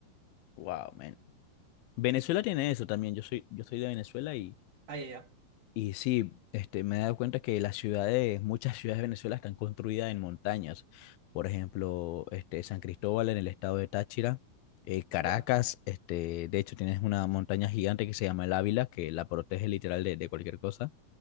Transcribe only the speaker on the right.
Ah, ya, ya,
ya,